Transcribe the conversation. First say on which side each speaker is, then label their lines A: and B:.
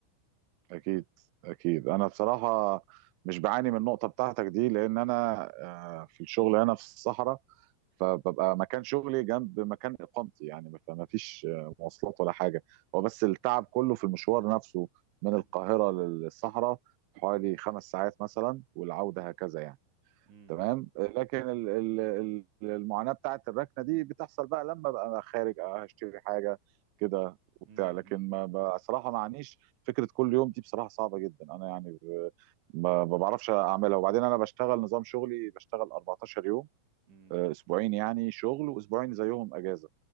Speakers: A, on the right; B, on the right.
A: اكيد اكيد انا بصراحه مش بعاني من النقطه بتاعتك دي لان انا آه، في الشغل هنا في الصحراء فببقى مكان شغلي جنب مكان اقامتي يعني فما فيش آه، مواصلات ولا حاجه هو بس التعب كله في المشوار نفسه من
B: مم،
A: القاهره للصحراء
B: مم،
A: حوالي خمس ساعات مثلا والعوده هكذا يعني
B: مم،
A: تمام لكن ال- ال- ال- المعاناة بتاعت الركنة دي بتحصل بقى لما بقى أنا خارج آه هشتري حاجة كده وبتاع
B: مم،
A: لكن ما بصراحة ما عنيش فكرة كل يوم دي بصراحة صعبة جدا أنا يعني ب- ما ما بعرفش أعملها وبعدين أنا بشتغل نظام شغلي بشتغل 14 يوم
B: مم،
A: آه، أسبوعين يعني شغل وأسبوعين زيهم أجازة